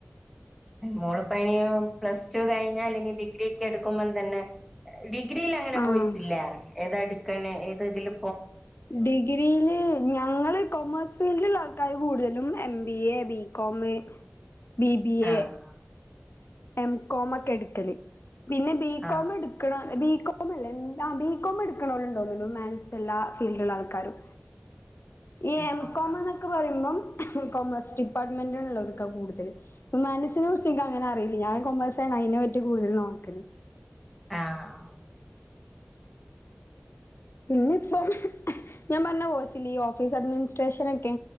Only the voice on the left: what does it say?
ആഹ്
ഡിഗ്രീല്. ഞങ്ങള് കൊമേഴ്സ് ഫീൽഡിള്ള ആൾക്കാര് കൂടുതലും M B A, B com B B
A, എം കോമൊക്കെടുക്ക്ല്. പിന്നെ ബീ
കോം എടുക്ക്ണ ബികോം അല്ലേ എ ആ ബികോം എടുക്കണോല്ണ്ട്ന്നോന്നണൂ ഹ്യൂമാൻ്റീസിലെല്ലാ ഫീൽഡ്ള്ളാൾക്കാരും. ഈ
എം കോംമ്
ന്നൊക്കെ പറയ്മ്പം കൊമേഴ്സ് ഡിപ്പാർട്ട്മെന്റിള്ളവർക്കാ കൂടുതല് ഹ്യമാൻ്റീസിനെ കുറ്ച്ച്ൻക്കങ്ങനെ അറീല്ല ഞൻ കൊമേഴ്സാ അയിനെ പറ്റി കൂടുതല് നോക്കല്.
പിന്നെപ്പം ഞാമ്പറഞ്ഞ കോയ്സില്ലീ ഓഫീസ് അഡ്മിനിസ്ട്രേഷനെക്കെ